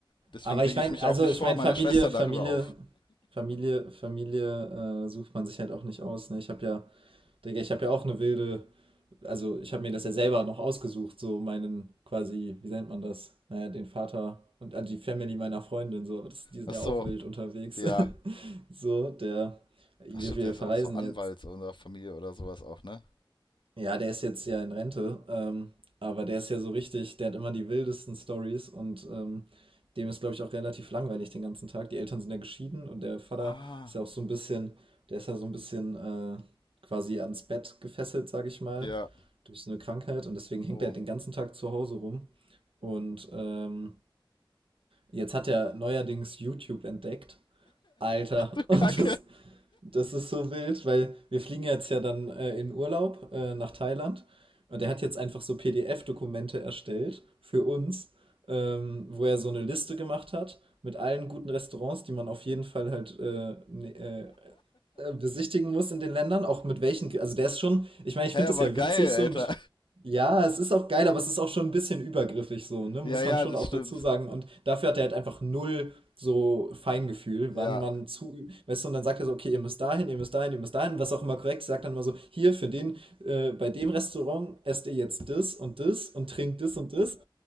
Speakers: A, on the left; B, on the right.
A: deswegen
B: Aber
A: rege
B: ich meine,
A: ich mich
B: also
A: auch nicht
B: ich
A: vor
B: meine,
A: meiner
B: Familie,
A: Schwester
B: Familie,
A: darüber auf.
B: Familie, Familie äh, sucht man sich halt auch nicht aus. Ne? Ich habe ja, Digga, ich habe ja auch eine wilde, also ich habe mir das ja selber noch ausgesucht, so meinen quasi, wie nennt man das? Naja, den Vater und äh, die Family meiner Freundin, so, aber das, die sind
A: Ach
B: ja
A: so,
B: auch wild unterwegs.
A: ja.
B: <laughs> so, der, wir,
A: Ach stimmt,
B: wir
A: der ist
B: verreisen
A: auch so Anwalt
B: jetzt
A: unserer Familie oder sowas auch, ne?
B: ja, der ist jetzt ja in Rente, ähm, aber der ist ja so richtig, der hat immer die wildesten Stories und ähm, dem ist, glaube ich, auch relativ langweilig den ganzen Tag. Die Eltern sind ja geschieden und der Vater
A: Ah.
B: ist ja auch so ein bisschen, der ist ja so ein bisschen äh, quasi ans Bett gefesselt, sage ich mal,
A: Ja.
B: durch so eine Krankheit und deswegen hängt
A: Oh.
B: er halt den
A: <laughs>
B: ganzen Tag zu Hause rum. Und ähm, jetzt hat er neuerdings YouTube entdeckt. Alter,
A: Du Kacke.
B: <laughs> und das, das ist so wild, weil wir fliegen jetzt ja dann äh, in Urlaub äh, nach Thailand und er hat jetzt einfach so PDF-Dokumente erstellt für uns, ähm, wo er so eine Liste gemacht hat mit allen guten Restaurants, die man auf jeden Fall halt äh, ne- äh, äh, besichtigen muss in den Ländern, auch mit welchen, also der ist schon, ich meine, ich
A: Hä,
B: finde
A: aber
B: es ja
A: geil,
B: witzig
A: Alter.
B: so, mich, ja, es ist auch geil, aber es ist auch schon ein bisschen übergriffig so, ne,
A: Ja,
B: muss
A: ja,
B: man schon
A: das
B: auch
A: stimmt.
B: dazu sagen und dafür hat er halt einfach null so Feingefühl,
A: Ja.
B: wann man zu, weißt du, und dann sagt er so, okay, ihr müsst dahin, ihr müsst dahin, ihr müsst dahin, was auch immer korrekt, ist, sagt dann immer so, hier für den, äh, bei dem Restaurant esst ihr jetzt das und das und trinkt das und das